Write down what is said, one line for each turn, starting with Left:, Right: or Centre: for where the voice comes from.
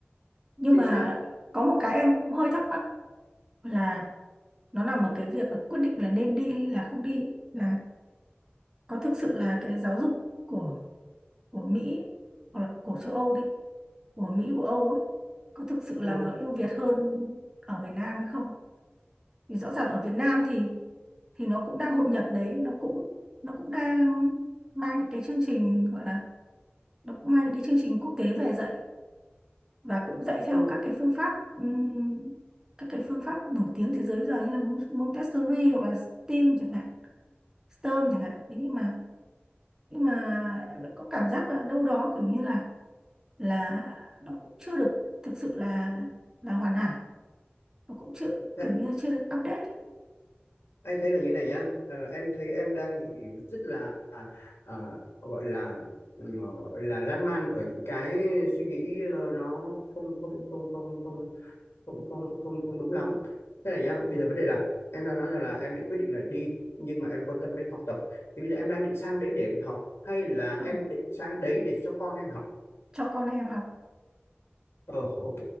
Right: nhưng
Left: Chính
Right: mà
Left: xác.
Right: có một cái em cũng hơi thắc mắc là nó nằm ở cái việc là quyết định là nên đi hay là không đi ấy, là có thực sự là cái giáo dục của của Mỹ ấy, hoặc là của châu Âu đi của Mỹ của Âu ấy có thực sự là
Left: Ừ,
Right: nó ưu việt hơn ở Việt Nam hay không thì rõ ràng ở Việt Nam thì thì nó cũng đang hội nhập đấy nó cũng nó cũng đang mang những cái chương trình gọi là nó cũng mang những cái chương trình quốc tế về dạy và cũng dạy theo
Left: ừ.
Right: các cái phương pháp ừm, các cái phương pháp nổi tiếng thế giới bây giờ như là Montessori hoặc là STEAM chẳng hạn STEM chẳng hạn Thế nhưng mà nhưng mà em vẫn có cảm giác là đâu đó kiểu như là là nó cũng chưa được thực sự là là hoàn hảo nó cũng chưa
Left: Thế-
Right: kiểu như là chưa được update ấy,
Left: Anh thấy là như này nhá. Ờ, em thấy em đang bị rất là à, gọi là ừ, gọi là lan man ở những cái suy nghĩ ờ, nó không không không không không không không không không đúng lắm thế này nhá bây giờ vấn đề là em đang nói rằng là em định quyết định là đi nhưng mà em quan tâm đến học tập thì bây giờ em đang định sang đấy để em học hay là
Right: ờ,
Left: em định sang đấy để cho con em học
Right: cho con em học
Left: Ờ, ok.